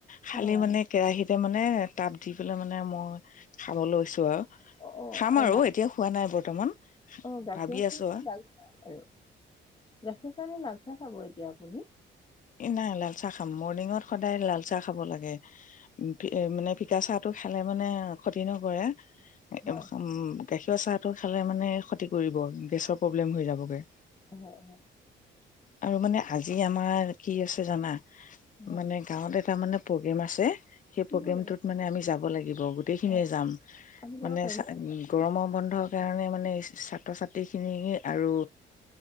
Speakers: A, on the left; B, on the left.
A: খালি
B: হয়
A: মানে কেৰাহিত এ মানে তাত দি পেলাই মানে মই খাব লৈছো আৰু
B: অ
A: খাম আৰু
B: লা
A: এতিয়া খোৱা নাই বৰ্তমান
B: অ গাখীৰ
A: ভাবি
B: আখ
A: আছো
B: <unintelligible> আৰু গাখীৰ সি মানে লাল চাহ খাব এতিয়া।
A: এই নাই লাল চাহ খাম মৰ্ণিঙত সদায় লাল চাহ খাব লাগে উ মানে ফিকা চাহতো খালে মানে ক্ষতি নকৰে
B: হয়।
A: একদম উম গাখীৰ চাহটো খালে মানে ক্ষতি কৰিব গেছৰ প্ৰব্লেম হৈ যাবগে
B: হয় হয়
A: আৰু মানে আজি আমাৰ কি আছে জানা
B: হয়
A: মানে গাঁৱত এটা মানে প্ৰগ্ৰেম আছে সেই
B: কি
A: প্ৰগ্ৰেমটোত
B: কৰিব,
A: মানে আমি যাব লাগিব গোটেইখিনিয়ে
B: অ,
A: যাম
B: আমি যাব
A: মানে
B: পাৰিমনে
A: চ গৰমৰ বন্ধ কাৰণে মানে ছাত্ৰ, ছাত্ৰীখিনি আৰু